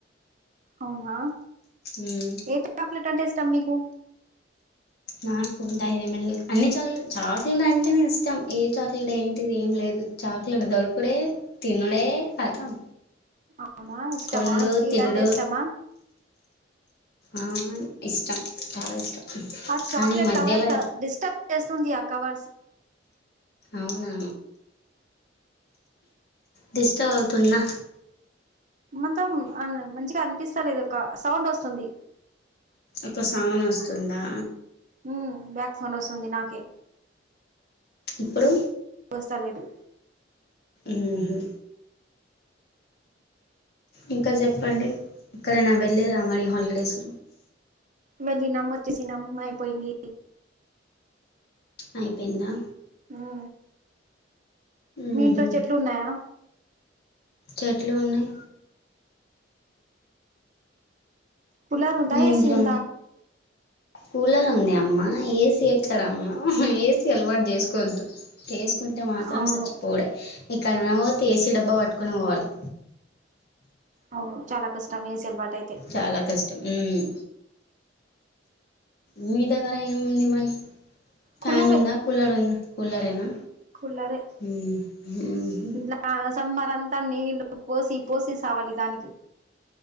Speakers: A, on the right; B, on the left.
A: అవునా
B: ఉమ్,
A: ఏ చాక్లెట్ అంటే ఇష్టం మీకు
B: నాకు డైరీమిల్ అన్ని చాక్లెట్ చాక్లెట్ అంటేనేే ఇస్తాం ఏ చాక్లెట్ ఏంటిది ఏం లేదు ల్ చాక్లెట్ దొరకుడే తినుడే కతం
A: అవునా ఇష్టమా
B: కొండు
A: స్వీట్
B: తిండు
A: అంటే ఇష్టమా
B: ఆ ఇష్టం చాలా ఇష్టం
A: ఆ చాక్లెట్
B: కానీ ఈ మధ్యలో
A: కవర్స డిస్టర్బ్ చేస్తుంది ఆ కవర్స్
B: అవునా డిస్టర్బ్ అవుతుందా
A: మొత్తం అం మంచిగా అనిపిస్త లేదు ఒక సౌండ్ వస్తుంది
B: ఒక సౌన్ వస్తుందా
A: ఊ బ్యాక్ సౌండ్ వస్తుంది నాకే
B: ఇప్పుడు
A: చలేదు
B: ఊహు ఇంకా చెప్పండి ఎక్కడైనా వెళ్ళేదా మరి హాలిడేసు
A: వెళ్ళినం వచ్చేసినం అయిపోయింది
B: అయిపోయిందా
A: ఆ మీ
B: ఉహు
A: ఇంట్లో చెట్లు ఉన్నాయా
B: చెట్లు ఉన్నాయి
A: పులర్ ఉందా
B: మీ
A: ఏసి
B: ఇంట్లో
A: ఉంద
B: కూలర్ ఉంది అమ్మ ఏసీ ఎక్కడమ్మ ఏసీ అలవాటు చేసుకోవద్దు చేసుకుంటే మాత్రం
A: అవును
B: చచ్చిపోడే ఇక్కడన పోతే ఏసి డబ్బా పట్టుకొని పోవాలే
A: అవును చాలా కష్టం ఏసి అలవాటు అయితే
B: చాలా కష్టం ఉమ్ మీ దగ్గర ఏముంది మరి ఫ్యాన్
A: కుల్లరే
B: ఉందా కూలర్ ఉందా కూలరేనా
A: కులరే
B: ఉమ్ ఉహు
A: ఇట్లా సమ్మర్ అంతా నీల్లు పోసి పోసి సావాలి దానికి